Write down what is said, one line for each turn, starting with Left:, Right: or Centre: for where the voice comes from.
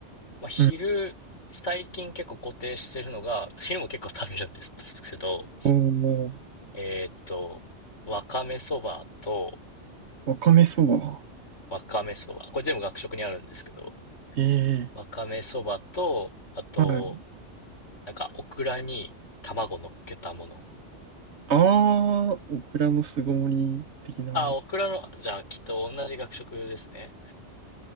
Left: まあ、昼、
Right: い。うん。
Left: 最近結構固定してるのが、昼も結構食べるんですけど、
Right: おー、
Left: えーっと、わかめそばと、
Right: わかめそば。
Left: わかめそば、これ全部学食にあるんですけど、
Right: ええ
Left: わかめそばと、あと、
Right: はい。
Left: なんか、オクラに卵乗っけたもの。
Right: あー、オクラの巣ごもり的な。
Left: あ、オクラの、じゃあ、きっと同じ学食ですね。